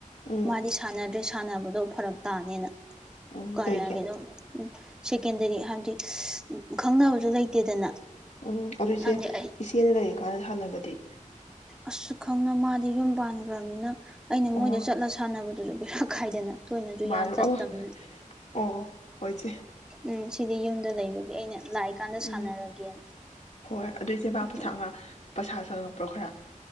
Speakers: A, on the left; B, in the centre.
A: ꯎꯝ
B: ꯃꯥꯗꯤ ꯁꯥꯟꯅꯗ꯭ꯔꯦ ꯁꯥꯟꯅꯕꯗꯣ ꯐꯔꯛ ꯇꯥꯅꯦꯅ
A: ꯎꯝ
B: ꯀꯔꯥꯥꯒꯤꯗꯨꯝ
A: ꯀꯩꯒꯤ
B: ꯎꯝ ꯁꯦꯀꯦꯟꯗꯔꯤ ꯍꯥꯏꯕꯗꯤ ꯎ ꯈꯪꯅꯕꯁꯨ ꯂꯩꯇꯦꯗꯅ
A: ꯎꯝ ꯑꯗꯨꯑꯣꯏꯁꯦ
B: ꯍꯥꯏꯕꯗꯤ ꯑꯩ
A: ꯏꯆꯦꯅ ꯂꯩꯔꯤꯀꯥꯟꯗ ꯁꯥꯟꯅꯕꯗꯤ
B: ꯑꯁꯁꯨ ꯈꯪꯅ ꯃꯥꯗꯤ ꯌꯨꯝ ꯄꯥꯟꯈ꯭ꯔꯅꯤꯅ ꯑꯩꯅ
A: ꯑꯣ
B: ꯃꯣꯏꯗ ꯆꯠꯂ ꯁꯥꯟꯅꯕꯗꯣ ꯑꯗꯨꯗ ꯕꯤꯔꯥ ꯀꯥꯏꯗꯅ <unintelligible> ꯊꯣꯏꯅꯁꯨ
A: ꯃꯥꯅꯦ
B: ꯌꯥ ꯆꯠꯇꯕꯅ
A: ꯑꯣ
B: ꯑꯗꯨ
A: ꯑꯣ ꯍꯣꯏ ꯆꯦ
B: ꯎꯝ ꯁꯤꯗꯤ ꯌꯨꯝꯗ ꯂꯩꯕꯒꯤ ꯑꯩꯅ ꯂꯥꯛꯏꯀꯥꯟꯗ
A: ꯎꯝ
B: ꯁꯥꯟꯅꯔꯒꯦꯅ
A: ꯍꯣꯏ ꯑꯗꯨꯏꯁꯦꯕꯥꯄꯁꯥ
B: ꯑꯗꯒꯤ
A: ꯉꯥ ꯄꯩꯁꯥ ꯁꯪꯉꯛꯄ꯭ꯔꯣ ꯈꯔ